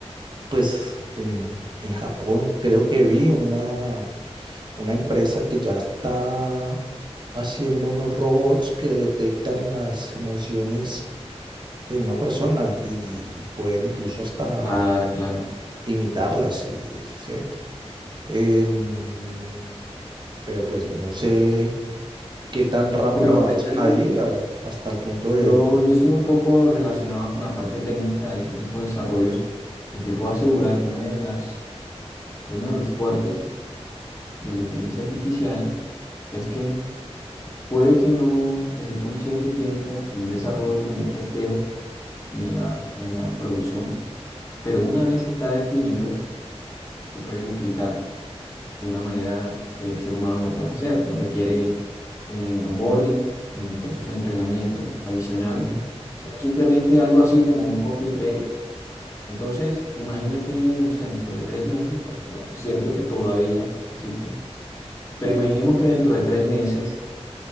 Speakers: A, on the right (about 45°); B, on the left (about 25°).
A: pues en, en Japón creo que vi una, una empresa que ya está haciendo unos robots que detectan las emociones de una persona y, y pueden incluso hasta
B: Claro, claro.
A: imitarlas. Y, ¿sí? Em, pero pues no sé qué tan rápido
B: Bueno,
A: avancen
B: hay algo,
A: ahí a- hasta el punto
B: yo,
A: de... de-
B: yo estoy un poco relacionado con la parte técnica de ese tipo de desarrollos y te puedo asegurar que una de las, de uno de los fuertes de la inteligencia artificial es que puede que no, que se tome cierto tiempo en el desarrollo, en el testeo y en la, en la producción, pero una vez está definido, se puede duplicar de una manera que el ser humano no puede hacer. No requiere eh, onboarding, ningún proceso de entrenamiento adicional,
A: Ujú.
B: sino simplemente algo así como un copia y pega. Entonces, imagina que, no sé, dentro de tres meses, porque bueno, es cierto que todavía existen, pero imaginemos que dentro de tres meses